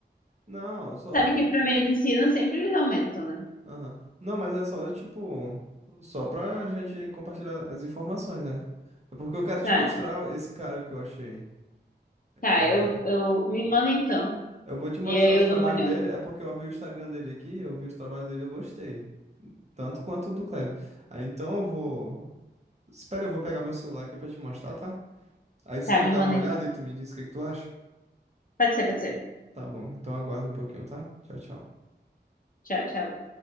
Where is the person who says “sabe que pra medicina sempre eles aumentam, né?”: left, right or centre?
Left